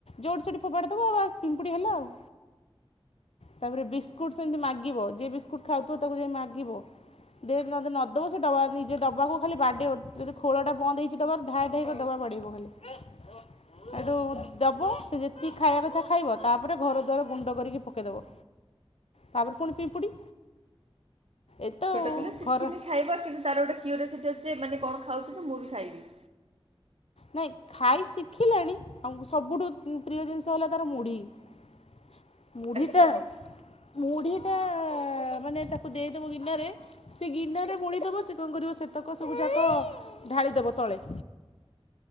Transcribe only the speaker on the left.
ଯୋଉଠି ସେଠି ଫୋପାଡିଦବ ଆ ପିମ୍ପୁଡି ହେଲା ଆଉ ତାପରେ ବିସ୍କୁଟ ସେମିତି ମାଗିବ ଯି ବିସ୍କୁଟ ଖାଉଥିବ ତାକୁ ଯାଇ ମାଗିବ। ଦେ ନଯଦି ଦବୁ ସେ ଡବା ନିଜେ ଡବାକୁ ଖାଲି ବାଡ଼େଇବ ଯଦି ଖୋଳଟା ବନ୍ଦ ହେଇଚି ଡ଼ବାର ଢାଏ ଢାଏ ଡବା ବାଡ଼େଇବ ଖାଲି। ହେଇଠୁ ଦେବ ସେ ଯେତିକି ଖାଇବା କଥା ଖାଇବ ତାପରେ ଘର ଦ୍ୱାର ଗୁଣ୍ଡ କରିକି ପକାଇଦେବ। ତାପରେ ପୁଣି ପିମ୍ପୁଡ଼ି। ଏତ
ଘର
ନାଇଁ ଖାଇ ଶିଖିଲାଣି ଆଉଁ ସବୁଠୁ ପ୍ରିୟ ଜିନିଷ ହେଲା ତାର ମୁଢ଼ି। <inaudible> ମୁଢ଼ିଟା।
ମୁଢ଼ିଟା ମାନେ ତାକୁ ଦେଇଦବୁ ଗିନାରେ ସେ ଗିିନାରେ ମୁଢିଦବ ସେ କଣ କରିବ ସେତକ ସବୁ ଯାକ ଢାଳିଦବ ତଳେ। <inaudible> ତଳେ